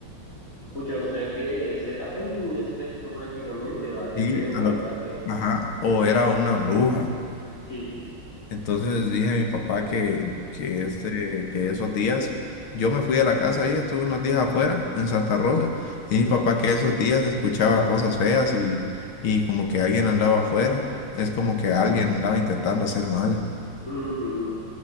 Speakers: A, on the left; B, on the left.
A: Pucha, o sea que ese era un espectro prácticamente, va, qué
B: Y
A: feo, la
B: a lo-
A: verdad que
B: ajá, o era una bruja.
A: sí.
B: Entonces dije a mi papá que, que, este, que esos días, yo me fui de la casa ahí, estuve unos días afuera en Santa Rosa, y mi papá que esos días escuchaba cosas feas y, y como que alguien andaba afuera, es como que alguien andaba intentando hacer mal.
A: Ujú.